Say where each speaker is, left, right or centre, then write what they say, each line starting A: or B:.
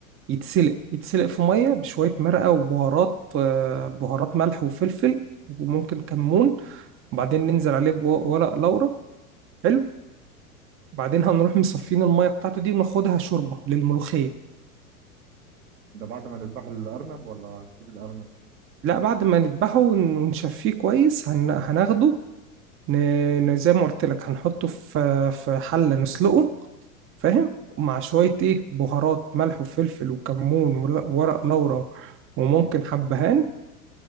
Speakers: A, on the right; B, on the right.
A: يتسلق يتسلق في مية بشوية مرقة وبهارات آه، بهارات ملح وفلفل وممكن كمون وبعدين ننزل عليه بورق لورا حلو وبعدين هنروح مصفين المية بتاعته دي وناخدها شوربة للملوخية
B: ده بعد ما نذبح الأرنب ولا هنسيب الأرنب
A: لا بعد ما نذبحه ون- ونشفيه كويس هن... هناخده ن... ن- زي ما قلت لك هنحطه في في حلة نسلقه فاهم ومع شوية ايه بهارات ملح وفلفل وكمون ول- وورق لورا وممكن حبهان